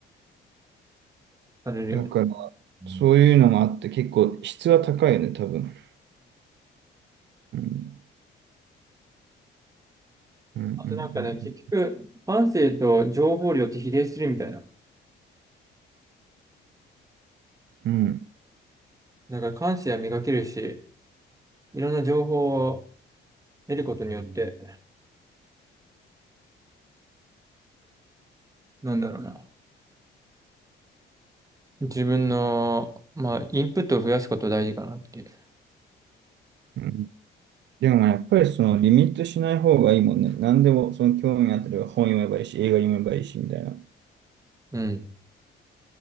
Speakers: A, on the right; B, on the right.
A: されるよね。
B: だから、
A: うん
B: そういうのもあって、結構質は高いよね、多分。うん。うんうん
A: あとなんかね、結局、感性と情報量って比例するみたいな。
B: うんうん。うん。
A: だから感性は磨けるし、いろんな情報を得ることによって、なんだろうな。自分の、まあ、インプットを増やすこと大事かなっていう。
B: うんでもやっぱりそのリミットしない方がいいもんね。何でもその興味あったら本読めばいいし、映画読めばいいしみたいな。
A: うん。